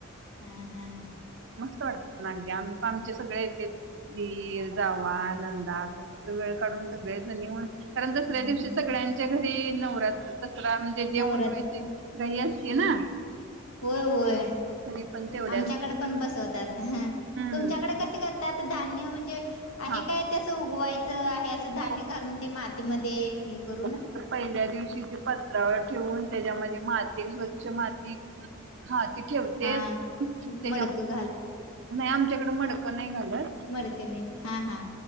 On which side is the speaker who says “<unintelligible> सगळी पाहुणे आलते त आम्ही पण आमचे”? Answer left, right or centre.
Right